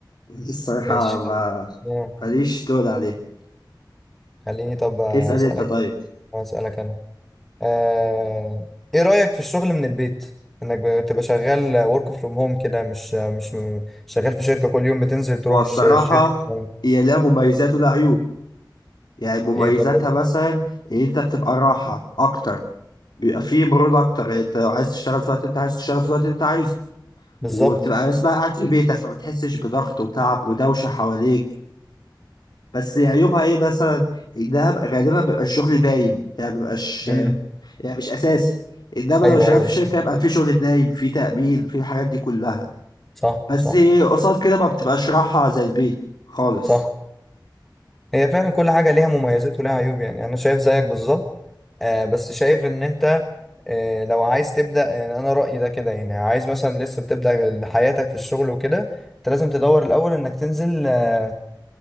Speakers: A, on the left; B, in the centre.
A: الصراحه
B: ماشي
A: ما
B: خل... آه.
A: ماليش تقول عليها
B: خليني طب اسالك
A: اسال انت طيب
B: اسالك انا آه، ايه رأيك في الشغل من البيت انك بتبقى شغال work from home كده مش مش م- شغال في شركة كل يوم بتنزل تروح
A: هو الصراحة
B: الش- الشركة بتعمل
A: هي لها مميزات ولها عيوب يعني مميزاتها
B: ايه طب
A: مثلا إن أنت بتبقى راحة أكتر بيبقى فيه مرونة أكتر يعني أنت لو عايز تشتغل في الوقت أنت عايز تشتغل في الوقت أنت عايزه
B: بالظبط
A: وبتبقى اسمها قاعد في بيتك فما بتحسش بضغط وتعب ودوشة حواليك بس عيوبها إيه مثلا إنها ب- غالبا بيبقى الشغل دايم يعني مبيبقاش
B: مم.
A: يعني مش أساسي إنما
B: ايوه
A: لو شغال
B: ايوه
A: في
B: بالظبط.
A: شركة يبقى في شغل دايم في تأمين في الحاجات دي كلها
B: صح
A: بس
B: صح
A: قصاد كده ما بتبقاش راحة زي البيت خالص
B: صح هي فعلا كل حاجة ليها مميزات ولها عيوب يعني انا شايف زيك بالظبط آه بس شايف ان انت آه لو عايز تبدأ يعني انا رأيي ده كده يعني عايز مثلا لسه بتبدأ حياتك في الشغل وكده انت لازم تدور الاول انك تنزل آه،